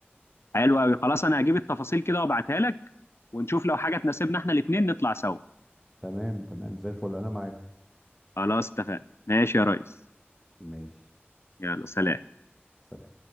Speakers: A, on the left (about 85°); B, in the centre.
A: حلو قوي خلاص انا هجيب التفاصيل كده وابعتها لك ونشوف لو حاجه تناسبنا احنا الاثنين نطلع سوا
B: تمام تمام زي الفل انا معاك
A: خلاص اتفقنا ماشي يا ريس
B: ماشي
A: يلا سلام
B: سلام